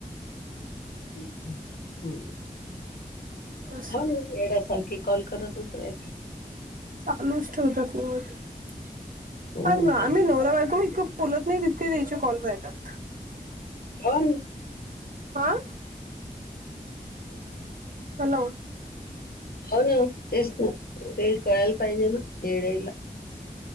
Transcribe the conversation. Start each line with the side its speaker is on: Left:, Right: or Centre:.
Left: ह ह हम्म.
Right: असं.
Left: मग येड्यासारखे कॉल करतच रायते.
Right: चालूच ठेवतात मग
Left: हो
Right: आ ना आम्ही नवरा बायको इतकं बोलत नाही तितके त्याचे कॉल राहतात.
Left: हो नी.
Right: आं.
Left: <unintelligible>
Right: हॅलो.
Left: हो ना तेच ना ते कळायला पाहिजे ना येड्यायला.